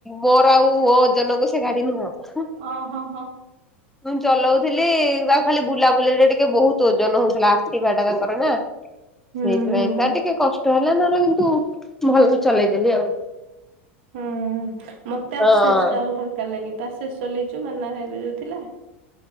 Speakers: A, in the centre; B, on the right.
A: ମୋର ଆଉ ମୋଜନଙ୍କୁ ସେ ଗାଡି ନୁହଁ।
B: ହଁ ହଁ ହଁ
A: ମୁଁ ଚଲାଉଥିଲି ତାକୁ ଖାଲି ବୁଲାବୁଲିରେ ଟିକେ ବହୁତ ଓଜନ ହଉଥିଲା ଏକ୍ଟିଭାଟା ତାଙ୍କର ନା।
B: ହୁଁ
A: ସେଇଥିପାଇଁ
B: ହୁଁ ହୁଁ
A: ତା ଟିକେ କଷ୍ଟ ହେଲା ନହେଲେ କିନ୍ତୁ ଭଲ ଚଲେଇଦେଲି ଆଉ।
B: ହୁଁ ମତେ ଆଶେଷ
A: ହଁ
B: ଟା ହାଲକା ଲାଗେ ତ ଆଶେଷ ଚଲେଇଛୁ ମାନା ଭାଇର ଯୋଉ ଥିଲା।